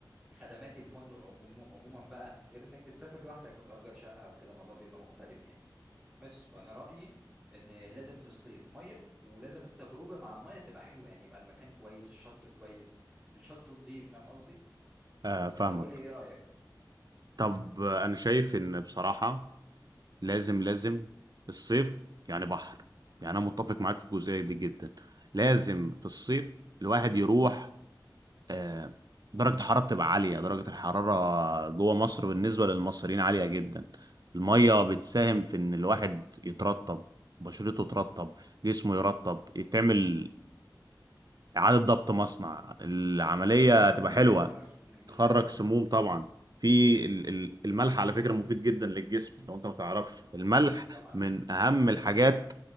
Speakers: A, in the centre; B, on the right (about 55°).
A: خدمات الفندق عموم- عموما بقى غير انك بتسافر لوحدك او بتأجر شقة او كده الموضوع بيبقى مختلف يعني بس فانا رأيي ان لازم في الصيف مية ولازم التجربة مع المية تبقى حلوة يعني يبقى المكان كويس الشط كويس الشط نضيف فاهم قصدي
B: آه فاهمك
A: وانت قول لي ايه رأيك
B: طب آه، انا شايف ان بصراحة لازم لازم الصيف يعني بحر يعني انا متفق معاك في الجزئيه دي جدا لازم في الصيف الواحد يروح آه، درجه الحراره بتبقى عاليه درجه الحراره جوه مصر بالنسبه للمصريين عاليه جدا الميه بتساهم في ان الواحد يترطب بشرته ترطب جسمه يرطب يتعمل اعاده ضبط مصنع العمليه
A: وتخرج سموم
B: تبقى
A: كمان
B: حلوه
A: تخرج سموم من جسمك
B: تخرج
A: يعني
B: سموم طبعا في ال- ال- الملح على فكرة مفيد جدا للجسم لو انت ما تعرفش الملح
A: طبعا
B: من اهم الحاجات